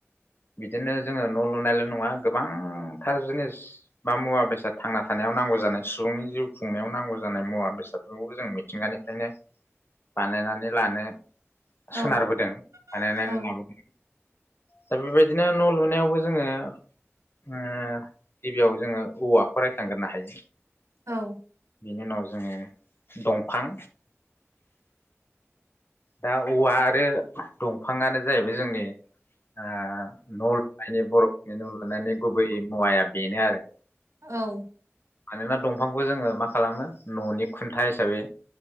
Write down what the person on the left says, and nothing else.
बिदिनो जोङो न' लुनायल' नङा गोबांथार जिनिस बा मुवा बेसाद थांना थानायाव नांगौ जानाय सुबुंनि जिउ खुंनायाव नांगौ जानाय मुवा बेसादफोरखौबो जों मिथिंगानिफ्रायनो बानायनानै लानो
सोनारबोदों बानायनानै
लाबोदों। दा बेबायदिनो न' लुनायावबो जोङो ओ गिबियाव जोङो औवा रायखांगोरनो हायो।
बिनि उनाव जोङो दंफां दा औवा आरो दंफाङानो जाहैबाय जोंनि ओ न' लुनायनि बर'फोरनि न' लुनायनि गुबै मुवाया बेनो आरो।
मानोना दंफांखौ जोङो मा खालामो न'नि खुन्था हिसाबै